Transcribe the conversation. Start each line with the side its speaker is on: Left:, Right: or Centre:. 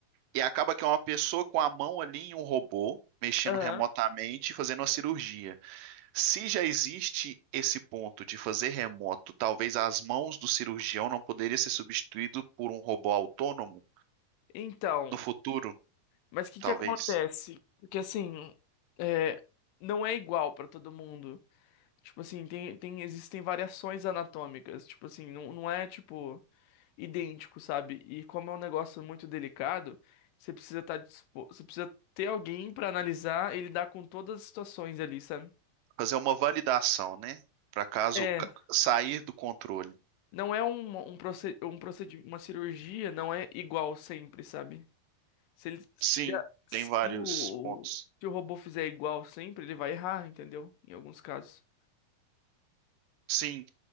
Right: E acaba que é uma pessoa com a mão ali em um robô, mexendo
Left: Aham.
Right: remotamente e fazendo uma cirurgia. Se já existe esse ponto de fazer remoto, talvez as mãos do cirurgião não poderiam ser substituído por um robô autônomo
Left: Então,
Right: no futuro,
Left: mas o que
Right: talvez.
Left: que acontece? Porque assim, é, não é igual para todo mundo. Tipo assim, tem, tem, existem variações anatômicas. Tipo assim, não, não é tipo idêntico, sabe? E como é um negócio muito delicado, você precisa estar disposto, você precisa ter alguém para analisar e lidar com todas as situações ali, sabe?
Right: Fazer uma validação, né? Para caso
Left: É,
Right: ca- sair do controle.
Left: Não é um, um, proced, um procedi- uma cirurgia, não é igual sempre, sabe? Se ele, se,
Right: Sim,
Left: a- se
Right: tem vários
Left: o,
Right: pontos.
Left: se o robô fizer igual sempre, ele vai errar, entendeu? Em alguns casos.
Right: Sim,